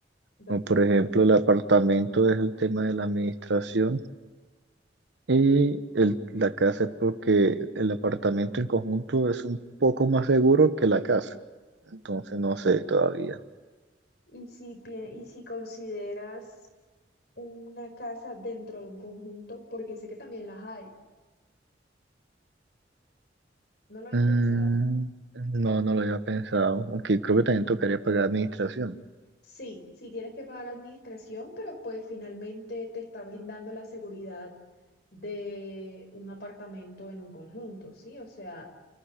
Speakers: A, on the left; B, on the right.
A: de
B: Como
A: acuerdo.
B: por ejemplo, el apartamento es el tema de la administración Y el- la casa es porque el apartamento en conjunto es un poco más seguro que la casa. Entonces no sé todavía.
A: Y si, pie- y si consideras una casa dentro de un conjunto, porque sé que también las hay, ¿no lo habías
B: Mm,
A: pensado?
B: no, no lo había pensado, aunque creo que también tocaría pagar administración.
A: Sí, sí tienes que pagar administración, pero pues finalmente te está brindando la seguridad de un apartamento en un conjunto, ¿sí? O sea,